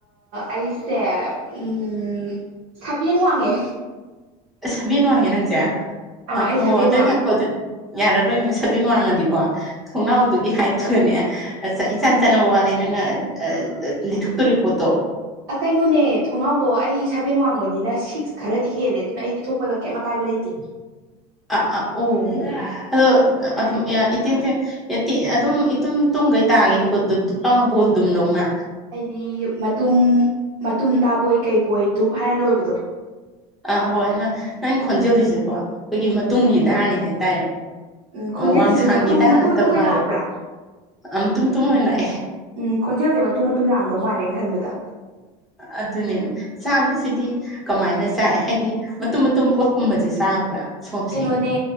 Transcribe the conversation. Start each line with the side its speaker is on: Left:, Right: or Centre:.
Right: ꯑꯩꯁꯦ ꯎꯝ ꯁꯥꯕꯦꯟ ꯋꯥꯡꯉꯦ
Centre: ꯑꯁ ꯁꯥꯕꯦꯟ ꯋꯥꯡꯉꯦ ꯅꯪꯁꯦ ꯑ
Right: ꯑꯥ ꯑꯩ
Centre: ꯑꯣ
Right: ꯁꯥꯕꯦꯟ
Centre: ꯑꯗꯨꯏ
Right: ꯋꯥꯡꯉꯦ
Centre: ꯅ ꯍꯥꯏꯀꯣ ꯑꯗꯨꯗꯤ ꯌꯥꯔꯔꯣꯏ ꯅꯪ ꯁꯕꯦꯟ ꯋꯥꯡꯉꯗꯤꯀꯣ ꯊꯣꯡꯅꯥꯎꯗꯨꯒꯤ ꯍꯥꯏꯠꯇꯨꯒꯅꯦ ꯏꯆꯥꯟ ꯆꯥꯟꯅꯕ ꯋꯥꯠꯂꯤ ꯅꯪꯅ ꯂꯤꯊꯣꯛꯇꯣꯔꯤ ꯄꯣꯠꯇꯣ
Right: ꯑꯥ ꯀꯩꯅꯣꯅꯦ ꯊꯣꯡꯅꯥꯎꯗꯣ ꯑꯩ ꯁꯕꯦꯟ ꯋꯥꯡꯕꯅꯤꯅ ꯁꯤꯛꯁ ꯈꯔꯗꯤ ꯍꯦꯜꯂꯦ ꯑꯗꯨꯅ ꯑꯩꯗꯤ ꯊꯣꯛꯄꯗ ꯀꯩꯝ ꯑꯀꯥꯏꯕ ꯂꯩꯇꯦ
Centre: ꯑꯥ ꯑꯥ ꯑꯣ ꯑꯗꯣ ꯑꯗꯨ ꯏꯇꯤꯟ ꯌꯦꯠꯇꯤ ꯑꯗꯨꯝ ꯏꯇꯨꯝ ꯇꯨꯡꯒꯩ ꯇꯥꯒꯤꯅꯤꯀꯣ ꯑꯗꯨ ꯗꯨꯕ ꯂꯥꯎꯅ ꯕꯣꯟꯗꯨꯝꯗꯧꯅ
Right: ꯑꯩꯗꯤ ꯃꯇꯨꯝ ꯃꯇꯨꯝ ꯇꯥꯕꯣꯏ ꯀꯩꯕꯣꯏ ꯙꯨꯞ ꯍꯥꯏꯔ ꯂꯣꯏꯕꯗꯣ
Centre: ꯑꯥ ꯍꯣꯏ ꯅ ꯅꯪ ꯈꯣꯟꯖꯦꯜ ꯖꯤꯁꯨꯀꯣ ꯑꯩꯈꯣꯏꯒꯤ ꯃꯇꯨꯡꯒꯤ
Right: ꯎꯝ
Centre: ꯗꯥꯔꯅꯦ ꯍꯥꯏꯇꯥꯏ
Right: ꯎꯝ ꯈꯣꯟꯖꯦꯜꯁꯤꯁꯨ
Centre: ꯋꯥꯡꯁꯥꯡꯒꯤ
Right: ꯃꯇꯨꯝ
Centre: ꯗꯥꯔ
Right: ꯃꯇꯨꯝ
Centre: ꯅꯠꯇꯕ
Right: ꯃꯇꯨꯝ ꯑꯣꯏꯅ
Centre: ꯃꯥꯜꯂꯦ
Right: ꯂꯥꯛꯄ꯭ꯔꯥ
Centre: ꯑꯃ ꯃꯇꯨꯡ ꯇꯨꯝ ꯑꯣꯏꯅ ꯂꯥꯛꯑꯦ
Right: ꯎꯝ ꯈꯣꯟꯖꯦꯜꯖꯦ ꯃꯇꯨꯝ ꯃꯇꯨꯝ ꯂꯥꯛꯑꯝꯗꯧ ꯃꯥꯜꯂꯦ ꯑꯩ ꯈꯟꯕꯗ
Centre: ꯑꯗꯨꯅꯦ ꯆꯥꯕꯁꯤꯗꯤ ꯀꯃꯥꯏꯅ ꯆꯥꯏ ꯍꯥꯏꯗꯤ ꯃꯇꯨꯝ ꯃꯇꯨꯝ ꯄꯣꯠꯀꯨꯝꯕꯖꯤ ꯆꯥꯕ꯭ꯔꯥ ꯁꯣꯝꯁꯦ
Right: ꯀꯩꯅꯣꯅꯦ